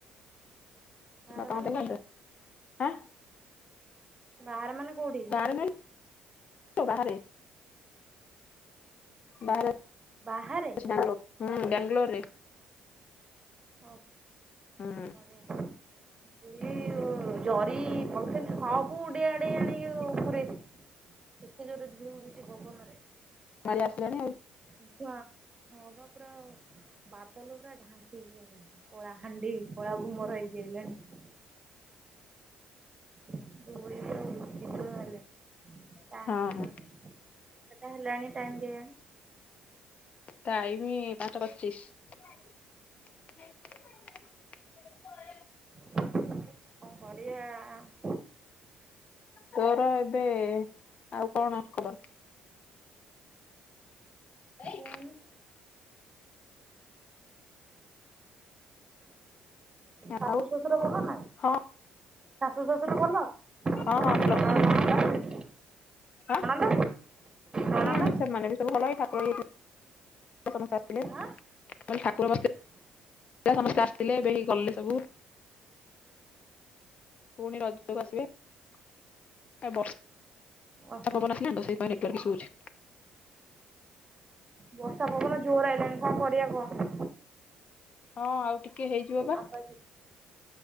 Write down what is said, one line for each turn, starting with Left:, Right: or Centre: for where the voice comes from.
Right: ବାହାରେ
Left: ଦରମା
Right: ମାନେ
Left: ଦେଲାଣି
Right: କୋଉଠି
Left: ତ ଆଁ।
Right: ବାହାରେ ମାନେ କୋଉଠି?
Left: ବାହାରେ ମାନେ ବାହାରେ ବାହାରେ।
Right: ବାହାରେ।
Left: ମାଲୋ ହୁଁ ବେଙ୍ଗଲୋରରେ।
Right: ହଉ
Left: ହୁଁ
Right: ବଢିଆ ଇଏ ଓ ଜରି ପଲିଥିନ୍। ସବୁ ଉଡେଇ ଆଡେଇ ଆଣିକି ପୁରେଇ ଦେ ଏତେ ଜୋରରେ ଧୁଳି ଉଡୁଚି ପବନରେ।
Left: ଢାଳି ଆସିଲାନି ଆଉ।
Right: ଉଁଆ ହଁ ବା ପୁରା ବାଦଲ ପୁରା ଢା କଳାହାଣ୍ଡି କଳା ଭୁମର ଏଇଠି ହେଲେଣି। <inaudible> ବିଜୁଳି ମାରିଲେ
Left: ଆଉ
Right: ତା
Left: ହଁ
Right: କେତେଟା ହେଲାଣି ଟାଇମ କେୟାଣି?
Left: ଟାଇମି ପାଞ୍ଚଟା ପଚିସ୍। <inaudible>
Right: କଣ କରିବା ଆ।
Left: ତୋର ଏବେ ଆଉ କଣ ଖବର? ହେଇ
Right: କହୁନୁ
Left: <inaudible> ଆଉ
Right: ଶାଶୁ ଶଶୁର ଭଲ ନା?
Left: ହଁ
Right: ଶାଶୁ ଶଶୁର ଭଲ ଆଉ
Left: ହଁ ହଁ ଭଲ
Right: ନଣନ୍ଦ?
Left: ଆଁ
Right: ନଣନ୍ଦ ନଣନ୍ଦ
Left: ହୁଁ ସେମାନେ ବି ସବୁ ଭଲ ଏ ଠାକୁର ସମସ୍ତେ ଆସିଥିଲେ।
Right: ଆଁ ହୁଁ
Left: କାଲି ଠାକୁର ବସିଥି ଲା ଏ ସମସ୍ତେ ଆସିଥିଲେ ଏବେ ହେଇ ଗଲେ ସବୁ। ପୁଣି ରଜକୁ ଆସିବେ ବର୍ଷ
Right: ଓହୋ
Left: ପବନ ଆସିଲାଣି ତ ସେଇଥିପାଇଁ। ଏ ଆରେ ଶୁବୁଚି।
Right: ବର୍ଷା ପବନ ଜୋରରେ ଆଇଲାଣି କଣ କରିବା କୁହ?
Left: ହଁ ଆଉ ଟିକେ ହେଇଯିବ ପା।
Right: ଆବାଜ